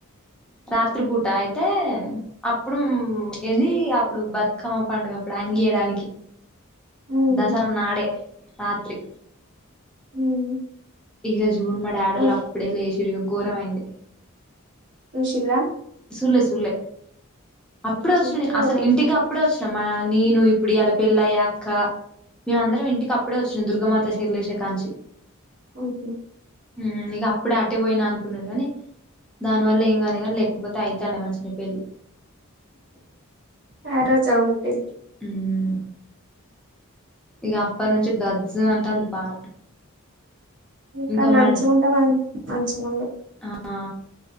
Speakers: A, in the centre; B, on the right.
A: రాత్రి పూట అయితే అయితే అప్పుడు ఏది అప్పుడు బతుకమ్మ పండుగ అప్పుడు అంగియడానికి
B: ఉమ్
A: దసరా నాడే రాత్రి
B: ఉమ్
A: ఇగ చెప్పు జూడు మా డాడీ
B: ఉమ్,
A: ఉన్నప్పుడే చేసిండ్రు ఘోరమైంది
B: సుశీలా
A: సూడలే సూడలే అప్పుడే
B: చెప్పారని
A: వచ్చిన నేను అసలు ఇంటికి అప్పుడే వచ్చిన మా నేను ఇప్పుడు ఇయాల పెళ్ళయాక మేమందరం ఇంటికి అప్పుడే వచ్చినం దుర్గామాత లెష్ణ కానుంచి
B: ఓకే ఓకే
A: ఉమ్ ఇగ అప్పుడే అటే పోయినా అనుకున్నాడు కానీ దానివల్ల ఏం కాలేదు కానీ లేకపో పోతే అయితానేే మంచిగా పెళ్లి
B: ఆ రజావును పేరు
A: ఉమ్ ఇగ అప్ప నుంచి గజ అంటాంది పానం ఇంకా
B: కానీ మంచిగా
A: మా
B: ఉంటే మనం మంచిగాండి
A: ఆ